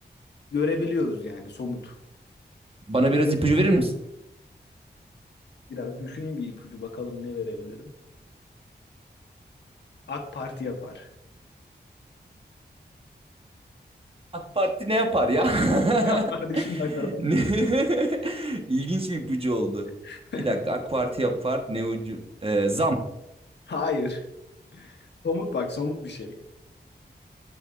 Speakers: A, on the left (about 80°); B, on the right (about 30°).
A: görebiliyoruz yani somut.
B: Bana biraz ipucu verir misin?
A: Biraz düşüneyim bir ipucu bakalım ne verebilirim. AK Parti yapar.
B: AK Parti ne yapar ya? <laughs>
A: var düşün bakalım.
B: Ne? <laughs> İlginç bir ipucu oldu.
A: <laughs>
B: Bir dakika AK Parti yapar ne ucu? Ee, zam.
A: Hayır. Somut bak somut bir şey.